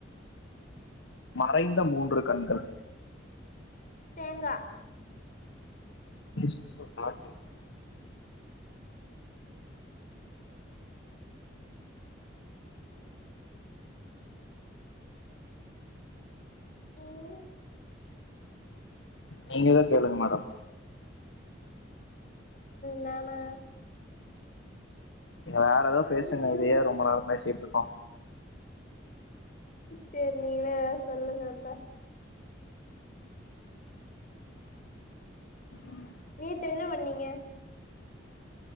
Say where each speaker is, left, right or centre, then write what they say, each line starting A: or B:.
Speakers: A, on the left; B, on the left.
A: மறைந்த
B: ம்
A: மூன்று கண்கள்
B: தேங்கா
A: <unintelligible>
B: ம்
A: நீங்கதா கேளுங்க மேடம்
B: நானா
A: வேற ஏதோ
B: அது
A: பேசுங்க
B: கொஞ்ச
A: இதையே ரொம்ப நேர பேசிட்டு இருக்கோ
B: செரி நீங்களே ஏதாது சொல்லுங்க அப்ப
A: ம்
B: நேத்து என்ன பண்ணீங்க